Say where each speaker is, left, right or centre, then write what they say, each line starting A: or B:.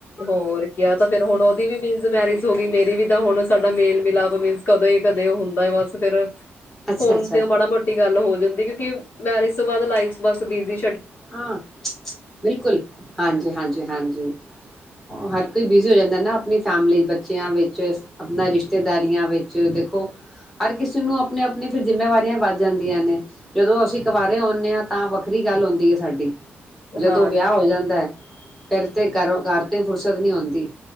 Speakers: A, on the left (about 50°); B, in the centre.
A: ਹੋਰ ਕਿਹਾ ਤਾਂ ਫੇਿਰ ਹੁਣ ਉਹਦੀ ਵੀ ਨਹੀ ਮੈਰਿਜ ਹੋ ਗਈ ਮੇਰੀ ਵੀ ਤਾਂ ਹੁਣ ਸਾਡਾ ਮੇਲ -ਮਿਲਾਪ ਮੀਨ ਕਦੇ -ਕਦੇ ਉਹ ਹੁੰਦਾ ਹੈ। ਬਸ ਫੇਰ
B: ਅੱਛਾ
A: ਫੋਨ
B: ਅੱਛਾ
A: ਤੇ ਮਾੜਾ-ਮੋਟੀ ਗੱਲ ਹੋ ਜਾਂਦੀ ਕਿਉਂਕਿ ਤੋ ਬਾਅਦ ਲਾਈ ਬੱਸ ਬੀਦੀ
B: ਹਾਂ ਬਿਲਕੁਲ। ਹਾਂਜੀ-ਹਾਂਜੀ, -ਹਾਂਜੀ। ਹਰ ਕੋਈ ਬਿਜੀ ਹੋ ਜਾਂਦੇ ਨਾ ਆਪਣੀ ਫੈਮਲੀ, ਬੱਚਿਆਂ ਵਿੱਚ ਆਪਣਾ ਰਿਸ਼ਤੇਦਾਰੀਆਂ ਵਿੱਚ ਦੇਖੋ ਹਰ ਕਿਸੇ ਨੂੰ ਆਪਣੀ-ਆਪਣੀ ਫਿਰ ਜਿੰਮੇਵਾਰੀਆਂ ਵੱਧ ਜਾਂਦੀਆਂ ਨੇ ਜਦੋਂ ਅਸੀਂ ਕਵਾਰੇ ਆਉਂਦੇ ਹਾਂ ਤਾਂ ਵੱਖਰੀ ਗੱਲ ਹੁੰਦੀ ਹੈ। ਸਾਡੀ। ਜਦੋਂ
A: ਹਾਂ
B: ਵਿਆਹ ਹੋ ਜਾਂਦਾ ਹੈ। ਫਿਰ ਤਾਂ ਕਰੋ ਘਰ ਤੋਂ ਫੁਰਸਤ ਨਹੀਂ ਆਉਂਦੀ